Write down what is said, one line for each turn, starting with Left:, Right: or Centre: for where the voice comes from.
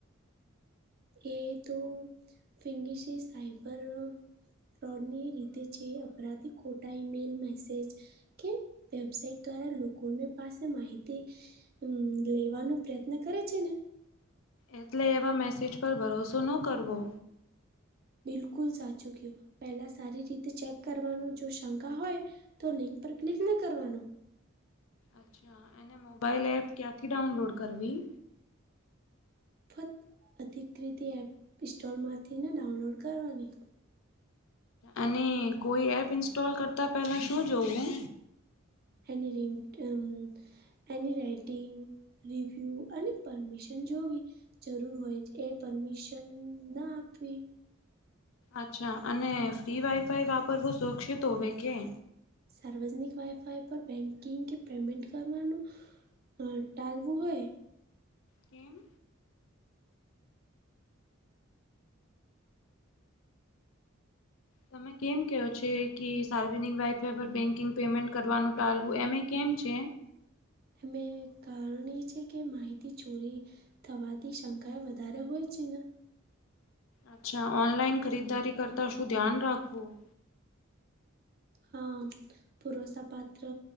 Right: એ તો ફિંગીશી સાઈબર ફ્રોડની રીતે છે. અપરાધી ખોટા, ઈમેલ, મેસેજ કે વેબસાઇટ દ્વારા લોકોનું પાસે માહિતી હમ, લેવાનો પ્રયત્ન કરે છેને
Left: એટલે એવા મેસેજ પર ભરોસો ન કરવો.
Right: બિલકુલ સાચું ક્યું પહેલા સારી રીતે ચેક કરવાનું જો શંકા હોય તો લિંક પર ક્લિક નઇ કરવાનું.
Left: અચ્છા, એને મોબાઈલ એપ ક્યાંથી ડાઉનલોડ કરવી?
Right: ફત અધિકૃતિ એપ ઇસ્ટોલમાંથીને ડાઉનલોડ કરવાની.
Left: અને કોઈ એપ ઇન્સ્ટોલ કરતા પેલા શું જોવું?
Right: એની રિંગ ટમ એની રાઈટિંગ, રિવ્યૂ અને પરમિશન જોવી. જરૂર હોય છ એ પરમિશન ન આપવી
Left: અચ્છા, અને ફ્રી વાઈફાઈ વાપરવું સુરક્ષિત હોવે કે?
Right: સાર્વજનિક વાઇફાઈ પર બેંકિંગ કે પેમેન્ટ કરવાનું હ ટાલવું હોય
Left: કેમ? તમે કેમ કહયો છો કે સાર્વજનિક વાઈફાઈ પર બેન્કિંગ પેમેન્ટ કરવાનું ટાલવું એમે કેમ છે?
Right: એમે કારણ એ છે કે માહિતી ચોરી થવાથી શંકાએ વધારે હોય છે ને?
Left: અચ્છા, ઓનલાઈન ખરીદારી કરતા શું ધ્યાન રાખવું?
Right: હા, ભરોસાપાત્ર